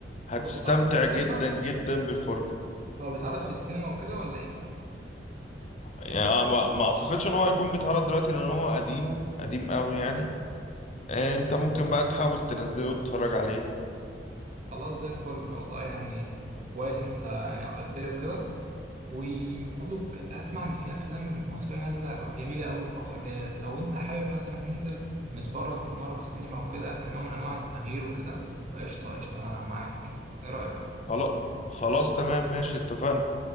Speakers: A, on the left (about 40°); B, on the right (about 40°).
A: هتستمتع
B: هو بيتعرض في السينما
A: جدا جدا بالفرجة
B: هو بيتعرض في السينما وكده ولا ايه
A: يعني ما, ما اعتقدش ان هو هيكون بيتعرض دلوقتي لان هو قديم قديم قوي يعني إيه، انت ممكن بقى تحاول تنزله وتتفرج عليه
B: خلاص زي الفل والله يعني كويس انت يعني قلت لي وكده وبرضو ك- اسمع ان في افلام مصريه نازله جميله قوي الفتره الجايه لو انت حابب مثلا ننزل نتفرج في مره في السينما وكده كنوع من انواع التغيير وكده فقشطه قشطه انا معاك ايه رايك
A: خلاص خلاص تمام ماشي اتفقنا